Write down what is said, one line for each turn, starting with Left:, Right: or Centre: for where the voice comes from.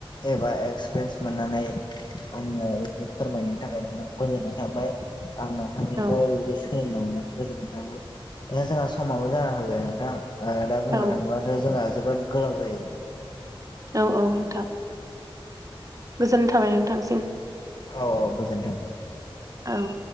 Left: एबा एक्सपिरियेन्स मोननानै आनो बेबायदि फोरमायनायनि थाखाय नोंनाव गोजोननाय थाबाय। आंनो नोंनिफ्राय
Right: औ
Left: बेबादि सोलोंनो मोन्नानै गोजोनाय थाबाय। दा जोंहा समाबो जाना फैबाय नोंथां ओ दा बुंनो
Right: औ
Left: थाङोबाथ जोंना जोबोद गोलाव जायो।
Right: औ औ नोंथां। गोजोन थाबाय नोंथांसिम।
Left: औ औ गोजोन्थों।
Right: औ